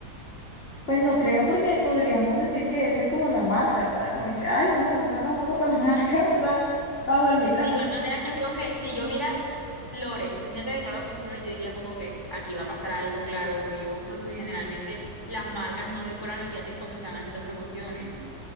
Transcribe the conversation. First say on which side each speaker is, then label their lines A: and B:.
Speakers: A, on the left; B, on the left.
A: Pues no creo porque podríamos decir que esa es como la marca. O sea, como que, ay, no, esas son las fotos para la marca. <laughs> O sea, bajo el... mi- La...
B: Digo, de manera, yo creo que si yo viera flores, un yate declarado con flores, yo diría como que aquí va a pasar algo, claro, obvio. porque Generalmente las marcas no decoran los yates cuando están haciendo promociones.